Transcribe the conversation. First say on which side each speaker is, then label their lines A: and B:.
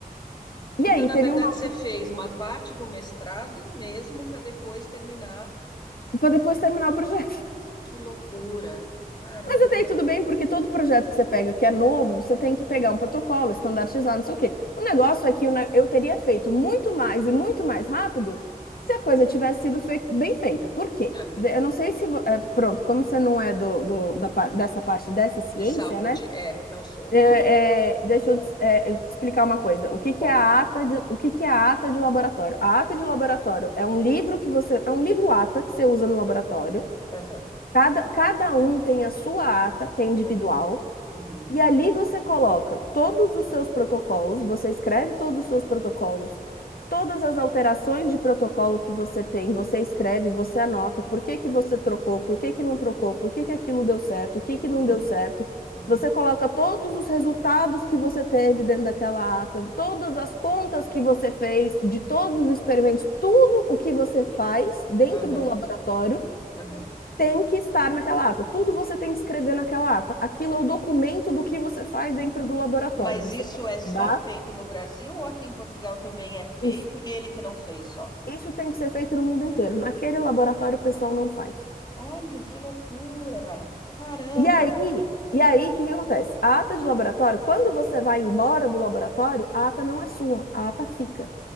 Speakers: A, on the left (about 70°); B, on the left (about 25°).
A: E
B: Então,
A: aí
B: na
A: teve
B: verdade,
A: uma.
B: você fez uma parte de um mestrado mesmo para depois terminar.
A: Para depois terminar o projeto.
B: Que loucura! Caramba!
A: Mas até aí tudo bem, porque todo projeto que você pega que é novo, você tem que pegar um protocolo, estandardizar, não sei o quê. O negócio é que eu ne- eu teria feito muito mais e muito mais rápido se a coisa tivesse sido fei- bem feita. Por quê?
B: Aham.
A: Eu não sei se. vo- é, pronto, como você não é do, do- da, par- dessa parte dessa ciência,
B: De saúde.
A: né?
B: É, não sou.
A: É, é, deixa eu te- é, te explicar uma coisa. O que que
B: Conta.
A: é a ata de, o que que é a ata de laboratório? A ata de laboratório é um livro que você. É um livro ata que você usa no laboratório
B: Aham,
A: Cada, cada um tem a sua ata, que é individual,
B: aham, uhum,
A: e ali você coloca todos os seus protocolos, você escreve todos os seus protocolos, todas as alterações de protocolo que você tem, você escreve, você anota por que que você trocou, por que que não trocou, por que que aquilo deu certo, o que que
B: uhum,
A: não deu certo.
B: uhum,
A: Você coloca todos os resultados que você teve dentro daquela ata, todas as contas que você fez, de todos os experimentos, tudo o que você faz dentro
B: aham,
A: do laboratório
B: aham.
A: tem que estar naquela ata. Tudo você tem que escrever naquela ata. Aquilo é o documento do que você faz dentro do laboratório.
B: Mas
A: Você
B: isso é só
A: dá
B: feito no Brasil ou aqui em Portugal também é feito
A: isso.
B: e ele que não fez só?
A: Isso tem que ser feito no mundo inteiro. Naquele laboratório o pessoal não faz.
B: Olha que loucura! Caramba!
A: E aí, e aí, o que que acontece? A ata de laboratório, quando você vai embora do laboratório, a ata não é sua, a ata fica.